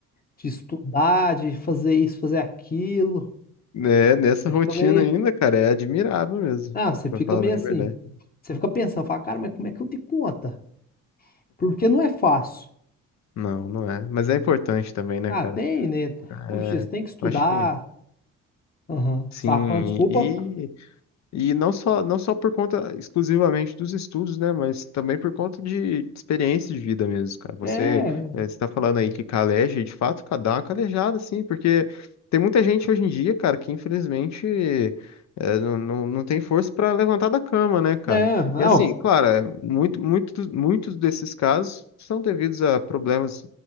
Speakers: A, on the left; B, on the left.
A: de estudar, de fazer isso, fazer aquilo?
B: É, nessa
A: Você
B: rotina
A: fica meio,
B: ainda, cara, é admirável mesmo,
A: ah, você fica
B: pra falar
A: meio
B: bem
A: assim,
B: a verdade.
A: você fica pensando, fala, cara, mas como é que eu dei conta? Porque não é fácil.
B: Não, não é. Mas é importante também, né,
A: Ah,
B: cara?
A: tem, né? Como
B: É,
A: X, tem que estudar.
B: eu acho que.
A: Aham.
B: Sim,
A: Você tava falando, desculpa.
B: e, e não só, não só por conta exclusivamente dos estudos, né, mas também por conta de experiência de vida mesmo, cara. Você
A: É,
B: está falando aí que caleja, e de fato, ca- dá uma calejada, assim, porque tem muita gente hoje em dia, cara, que infelizmente eh, não, não, não tem força para levantar da cama, né, cara?
A: é, não.
B: E assim, claro, é, muito, muito, muitos desses casos são devidos a problemas